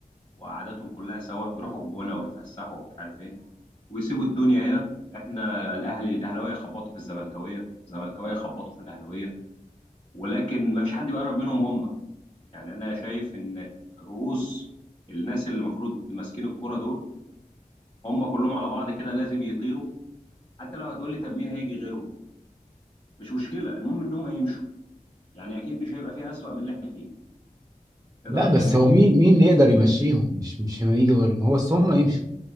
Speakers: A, on the left; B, on the right.
A: وقعداتهم كلها سوا يروحوا الجونة ويتفسحوا ومش عارف إيه ويسيبوا الدنيا هنا إحنا الأهلي الأهلاوية خبطوا في الزملكاوية الزملكاوية خبطوا في الأهلاوية ولكن ما فيش حد بيقرب منهم هم يعني انا شايف ان رؤوس الناس اللي المفروض ماسكين الكرة دول هم كلهم على بعض كده لازم يطيروا حتى لو هتقول لي طب مين هيجي غيرهم مش مشكلة المهم ان هم يمشوا يعني اكيد مش هيبقى فيها اسوأ من اللي احنا فيه ده
B: لا بس
A: يعني مس...
B: هو مين مين اللي يقدر يمشيهم مش مش هيجي غيرهم هو بس هم يمشوا